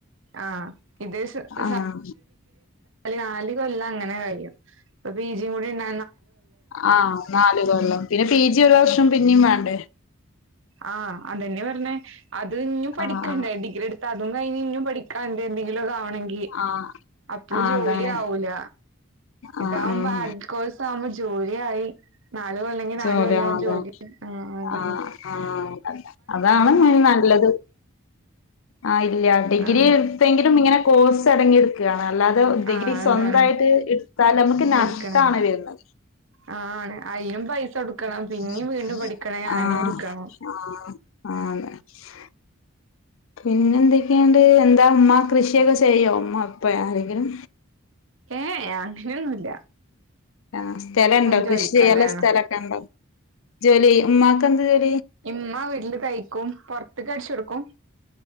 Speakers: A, on the right (about 65°); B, on the left (about 70°).
A: ആഹ <unintelligible>
B: ആഹ്
A: അ നാല് കൊല്ല അങ്ങനെ കഴിയും ഇപ്പൊ പി ജിയും കൂടി ഉണ്ട
B: ആഹ നാല് കൊല്ലം പിന്നെ പി ജി ഒരുവർ പിന്നിം വേണ്ടേ
A: ആഹ അതെന്നെ പർഞ്ഞേ അത് ഇഞ്ഞും പഠിക്കണ്ടേ
B: ആഹ്
A: ഡഗ്രി എടു ട്ടതും കഴിഞ് ഇഞ്ഞും പഠിക്കാണ്ട് എന്തെങ്കിലൊ വണങ്കി
B: ആഹ്
A: അപ്പഴും
B: ആഹ് ആഹ്
A: ജോലി
B: അതാണ്
A: ആവൂല ഇതകുമ്പ
B: ആഹ് ആഹ്
A: ബ കോോഴസ് ആ്പ ജോല ആയി നാല അല്ലെങ്കി നാല
B: ജോലി
A: വല്ലാം
B: ആഹ്
A: ജോലി
B: അതാണ്
A: ആ അത
B: ആഹ് ആഹ് അതാണ് നല്ലത് ആ ഇല്ല ഡിഗ്രി
A: ആഹ്
B: എടുത്തെങ്കിലും ഇങ്ങനെ കോഴ്സ് അടങ്ങി ഒക്കെയാണ് അല്ലാതെ ഡിഗ്രി
A: ആഹ്
B: സ്വന്തമായിട്ട്
A: എന്താണ്
B: എടുത്താൽ നമുക്ക് നഷ്ടമാണ്
A: എടുക്കണില്ല
B: വരുന്നത്
A: ആ ആണ് അയിനും പൈസ കൊടുക്കണം
B: ആഹ
A: പിന്നിം വീണ്ടും പഠിക്കണെ
B: ആഹ
A: അങ്ങനെ കൊടുക്കണം
B: ആ <unintelligible> പിന്നെ എന്തൊക്കെയണ്ട് എന്താ അമ്മ കൃഷിയൊക്കെ ചെയ്യോ അമ്മ ഇപ്പ ആരെങ്കിലും
A: ഏഹ അങ്ങനെയൊന്നുമല്ല
B: ആ സ്ഥലുണ്ടോ
A: ജോലിക്കാരാണ്
B: കൃഷി ചെയ്യുള്ള സ്ഥലൊക്കെ ഉണ്ടോ ജോലി ഉമ്ക്ക്ന്ത് ജോല
A: ഇമ്മ ഇഡല തൈക്കും പുറത്തത്ത് കടിച്ചുൊക്കും